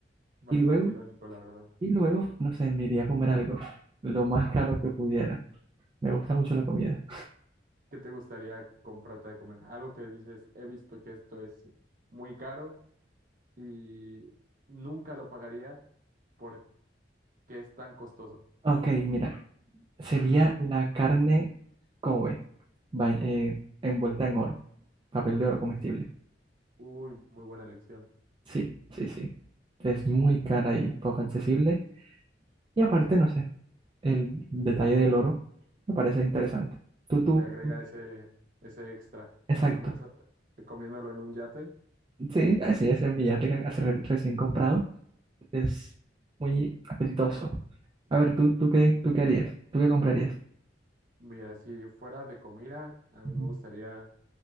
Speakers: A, on the right; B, on the right.
A: Bastante
B: Y luego,
A: irónico, la verdad.
B: y luego, no sé, me iría a comer algo, lo más caro que pudiera. Me gusta mucho la comida.
A: ¿Qué te gustaría comprarte de comer? Algo que dices, he visto que esto es muy caro y nunca lo pagaría porque es tan costoso.
B: Ok, mira, sería la carne Kobe, va- eh, envuelta en oro, papel de oro comestible.
A: Uy, muy buena elección.
B: Sí, sí, sí. Es muy cara y poco accesible. Y aparte, no sé, el detalle del oro me parece interesante. Tú, tú,
A: le agrega ese, ese extra.
B: exacto.
A: Y más eh, comiéndolo en un yate.
B: Sí, así es, el billete que hace re- recién comprado es muy apetitoso. A ver, tú, tú qué, tú qué harías, tú qué comprarías.
A: Mira, si fuera de comida, a mí
B: Ujú.
A: me gustaría